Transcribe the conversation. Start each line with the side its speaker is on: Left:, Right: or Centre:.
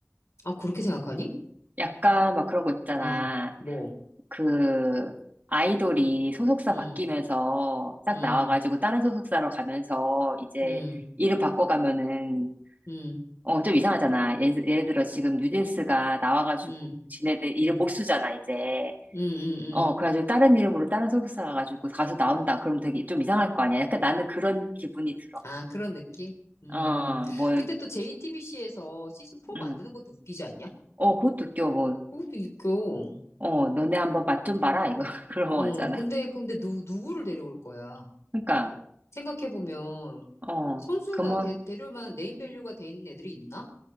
Left: 아, 그렇게 생각하니?
Right: 약간 막 그런 거 있잖아.
Left: 음. 뭐.
Right: 그 아이돌이 소속사
Left: 음.
Right: 바뀌면서 딱
Left: 음.
Right: 나와가지고 다른 소속사로 가면서 이제
Left: 음.
Right: 이름 바꿔가면은
Left: 음.
Right: 어, 좀 이상하잖아. 예, 예를 들어 지금 뉴진스가 나와가지고
Left: 음.
Right: 지네들 이름
Left: 음. 음.
Right: 못 쓰잖아, 이제.
Left: 음. 음.
Right: 어, 그래가지고 다른 이름으로 다른 소속사 가가지고 가수 나온다. 그럼 되게 좀 이상할 거 아니야. 약간 나는 그런 기분이 들어.
Left: 아, 그런 느낌? 음.
Right: 어, 뭐,
Left: 근데 또 JTBC에서 시즌 4
Right: 음.
Left: 만드는 것도 웃기지 않냐?
Right: 어, 그것도 웃겨, 뭐.
Left: 그것도 웃겨.
Right: 어, 너네 한번 맛 좀 봐라, 이거. <laughs> 그러고
Left: 어,
Right: 하잖아.
Left: 근데, 근데 누, 누구를 데려올 거야?
Right: 그러니까,
Left: 생각해보면,
Right: 어,
Left: 선수가
Right: 그 뭐,
Left: 데, 데려올 만한 네임밸류가 돼 있는 애들이 있나?